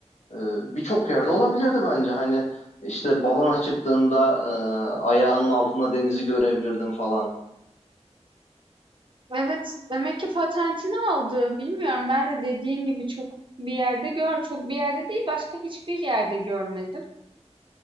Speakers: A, on the left (about 85°); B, on the right (about 45°).
A: Ee, birçok yerde olabilirdi bence. Hani işte balona çıktığında e, ayağının altında denizi görebilirdin falan.
B: Evet, demek ki patentini aldı. Bilmiyorum. Ben de dediğin gibi çok bir yerde gör, çok bir yerde değil, başka hiçbir yerde görmedim.